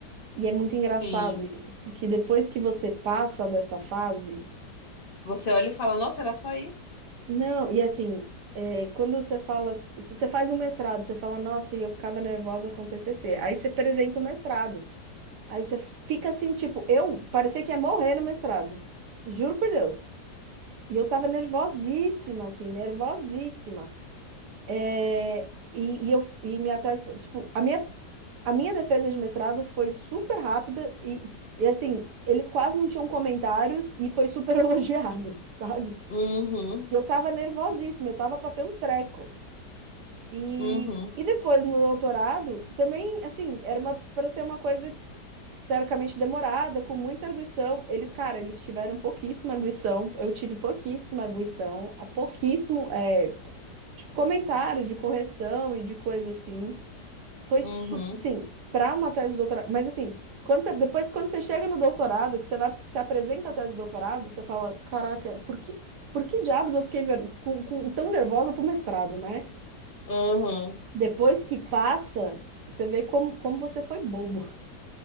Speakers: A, on the right; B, on the left.
A: E é muito engraçado
B: sim.
A: isso, porque depois que você passa dessa fase.
B: Você olha e fala, nossa, era só isso?
A: Não, e assim, é, quando você fala. assim- se Você faz um mestrado, você fala, nossa, e eu ficava nervosa com o TCC. Aí você apresenta o mestrado. Aí você fica assim, tipo, eu parecia que ia morrer no mestrado. Juro por Deus. E eu tava nervosíssima, assim, nervosíssima. É, e, e eu e minha tese foi, tipo, a minha, a minha defesa de mestrado foi super rápida e, e, assim, eles quase não tinham comentários e foi super <laughs> elogiada, sabe?
B: Uhum,
A: E eu tava nervosíssima, eu tava pra ter um treco. E,
B: uhum,
A: e depois no doutorado, também, assim, era uma para ser uma coisa teoricamente demorada, com muita arguição. Eles, cara, eles tiveram pouquíssima arguição. Eu tive pouquíssima arguição, a pouquíssimo, é, tipo, comentário de correção e de coisa assim. Foi,
B: uhum,
A: su- sim, para uma tese de doutorado. Mas assim, quando você- depois, quando você chega no doutorado, que você vai, que você apresenta a tese de doutorado, você fala, caraca, por que, por que diabos eu fiquei ver- com- com- tão nervosa pro mestrado, né?
B: uhum.
A: Depois que passa, você vê como, como você foi bobo.